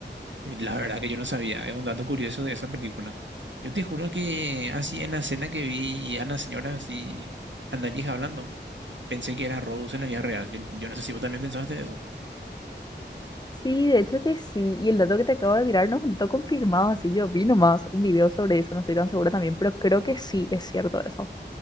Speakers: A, on the right; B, on the left.
A: Eh, La verdad que yo no sabía, es un dato curioso de esa película. Yo te juro que así en la escena que vi a la señora así, a la vieja hablando. Pensé que era Rose en la vida real. Yo, yo no sé si vos también pensaste eso.
B: Sí, de hecho que sí. Y el dato que te acabo de tirar no está confirmado, así yo vi nomás un video sobre eso, no estoy tan segura también, pero creo que sí es cierto eso.